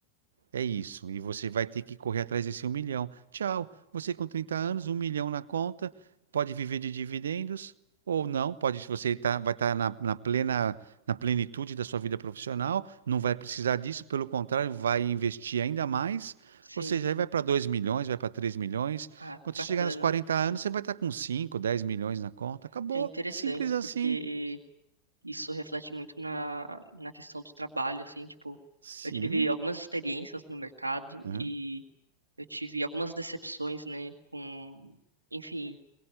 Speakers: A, on the right; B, on the right.
A: É isso, e você vai ter que correr atrás desse um milhão. Tchau, você com 30 anos, um milhão na conta, pode viver de dividendos ou não, pode, você tá, vai estar na, na plena, na plenitude da sua vida profissional, não vai precisar disso, pelo contrário, vai investir ainda mais,
B: Sim.
A: ou seja, aí vai para 2 milhões, vai para 3 milhões.
B: Ah,
A: Quando
B: que bacana.
A: você chegar nos 40 anos, você vai estar com cinco dez milhões na conta, acabou,
B: É interessante
A: simples assim.
B: porque isso reflete muito na, na questão do trabalho, assim, tipo,
A: Sim,
B: eu tive algumas experiências no mercado
A: aham,
B: e eu tive algumas decepções, né, com, enfim,